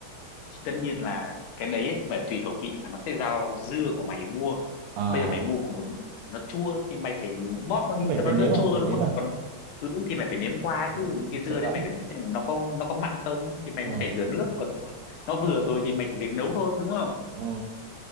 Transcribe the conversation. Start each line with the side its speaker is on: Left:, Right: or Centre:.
Left: thì tất nhiên là cái đấy ấy, không phải tùy khẩu vị mà nó sẽ do dưa của mày mua
Right: à
Left: bây giờ mày mua của một bạn nó chua thì mày phải bóp nó
Right: chắc
Left: đi
Right: phải
Left: cho nó
Right: phải nếm
Left: đỡ
Right: à
Left: chua
Right: phải
Left: đúng
Right: nếm
Left: không
Right: à
Left: còn ứ thì mày phải nếm qua
Right: Nếm
Left: chứ cái
Right: sợ
Left: dưa
Right: vãi
Left: đấy mày phải nếm xem là nó có nó có mặn không thì mày
Right: ờ
Left: mới phải rửa nước còn nếu mà nó vừa rồi thì mày chỉ việc nấu thôi đúng không
Right: ờ